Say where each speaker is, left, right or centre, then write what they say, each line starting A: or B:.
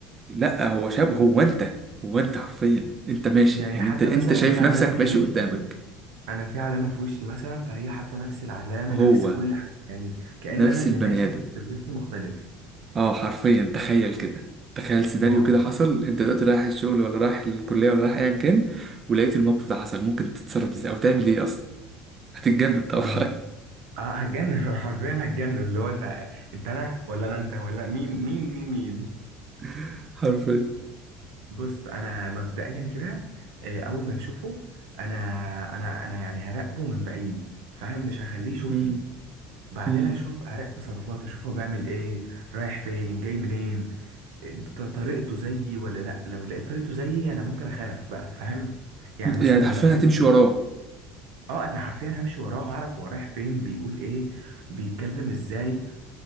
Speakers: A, on the right (about 30°); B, on the right (about 80°).
A: لا هو شاب هو انت هو انت حرفيا انت ماشي
B: يعني
A: يعني
B: حتى
A: انت انت
B: مثلا
A: شايف
B: في علامه
A: نفسك ماشي
B: في وشي
A: قدامك
B: انا في علامه في وشي مثلا فهي حتى نفس العلامه
A: هو
B: نفس كل حاجه يعني كأن
A: نفس
B: انا اللي
A: البني
B: ماشي
A: ادم
B: بس بلبس مختلف
A: اه حرفيا تخيل كده تخيل سيناريو
B: واو
A: كده حصل انت دلوقتي رايح الشغل ولا رايح الكلية ولا رايح ايا كان ولقيت الموقف ده حصل ممكن تتصرف ازاي او تعمل ايه اصلا هتتجنن طبعا
B: إيه. اه هتجنن <laughs> حرفيا هتجنن اللي هو انت انت انا ولا انا انت ولا مين مين مين مين
A: <laughs> حرفيا
B: بص انا مبدئيا كده آه، اول ما اشوفه انا انا انا يعني هراقبه من بعيد فاهم مش هخليه يشوفني
A: مم.
B: بعدين
A: مم.
B: اشوف اراقب تصرفاته اشوف هو بيعمل ايه رايح فين جاي منين ط- طريقته زيي ولا لا لو لقيت طريقته زيي انا ممكن اخاف بقى فاهم يعني مثلا
A: يعني
B: نفس
A: حرفيا هتمشي
B: الصوت
A: وراه
B: اه انا حرفيا همشي وراه هعرف هو رايح فين بيقول ايه بيتكلم ازاي